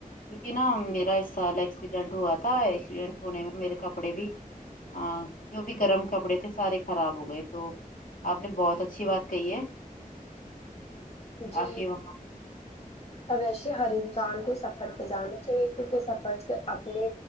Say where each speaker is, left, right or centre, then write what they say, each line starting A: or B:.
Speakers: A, on the left (about 70°); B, on the left (about 45°).
A: کیونکہ نا میرا اس سال ایکسیڈنٹ ہوا تھا ایکسیڈنٹ ہونے میں میرے کپڑے بھی ا جو بھی گرم کپڑے تھے سارے خراب ہو گئے تو آپ نے بہت اچھی بات کہی ہے
B: جی
A: آپ کے وہاں
B: اوشے ہر انسان کو سفر پہ جانا چاہیے کیونکہ سفر سے اپنے